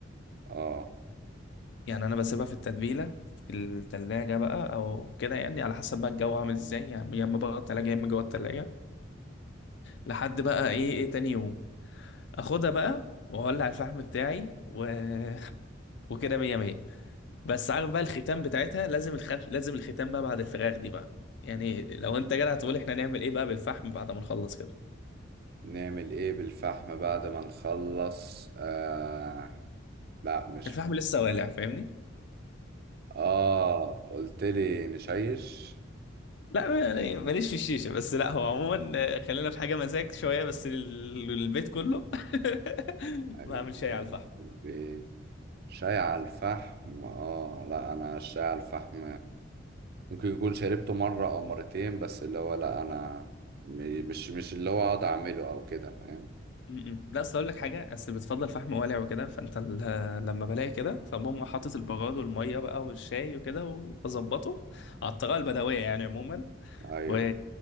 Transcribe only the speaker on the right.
آه
نعمل إيه بالفحم بعد ما نخلص آه لا مش
في
آه قلت لي نشيش
حاجة
من
البيت شاي على الفحم اه لا انا الشاي على الفحم ممكن يكون شربته مرة او مرتين بس اللي هو لا انا م- مش مش اللي هو اقعد اعمله او كده فاهم
ايوه